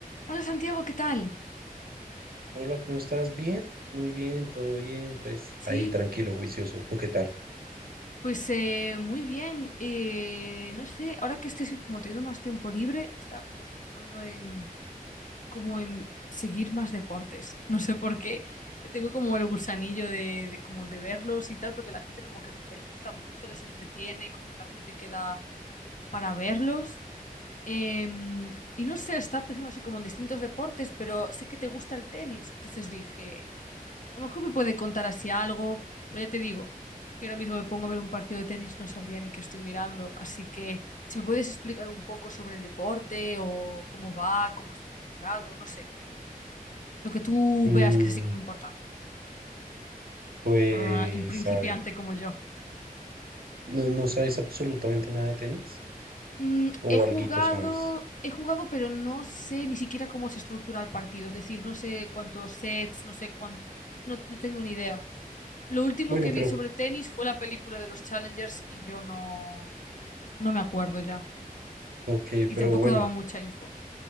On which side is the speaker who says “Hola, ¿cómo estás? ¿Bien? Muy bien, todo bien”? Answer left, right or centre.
Right